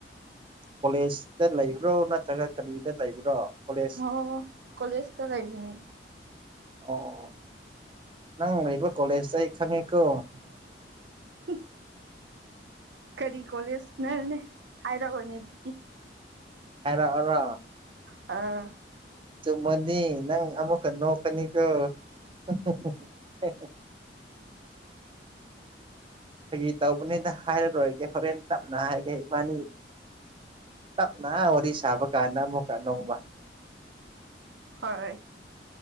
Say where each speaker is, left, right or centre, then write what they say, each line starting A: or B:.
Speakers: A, on the right; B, on the right.
A: ꯀꯣꯂꯦꯖꯇꯥ ꯂꯩꯕ꯭ꯔꯣ ꯅꯠꯇ꯭ꯔꯒ ꯀꯔꯤꯗꯥ ꯂꯩꯕ꯭ꯔꯣ ꯀꯣꯂꯦꯖ
B: ꯑꯣ ꯀꯣꯂꯦꯁꯇꯥ ꯂꯩꯕꯅꯤ
A: ꯑꯣ ꯅꯪ ꯂꯩꯕ ꯀꯣꯂꯦꯁ ꯑꯩ ꯈꯪꯉꯦꯀꯣ
B: <unintelligible> ꯀꯔꯤ ꯀꯣꯂꯦꯖꯅꯔꯅꯦ ꯍꯥꯏꯔꯛꯑꯣꯅꯦ ꯑꯗꯨꯗꯤ
A: ꯍꯥꯏꯔꯛꯑꯣꯔꯣ
B: ꯑꯥ
A: ꯆꯨꯝꯃꯗꯤ ꯅꯪ ꯑꯃꯨꯛꯀꯥ ꯅꯣꯛꯀꯅꯤꯀꯣ <unintelligible> ꯐꯥꯒꯤ ꯇꯧꯕꯅꯤꯗꯥ ꯍꯥꯏꯔꯔꯣꯏꯒꯦ ꯍꯣꯔꯦꯟ ꯇꯞꯅ ꯍꯥꯏꯒꯦ ꯏꯕꯥꯅꯤ ꯇꯞꯅ ꯋꯥꯔꯤ ꯁꯥꯕ ꯀꯥꯟꯗ ꯑꯃꯨꯛꯀꯥ ꯅꯣꯡꯃꯥ
B: ꯍꯣꯏ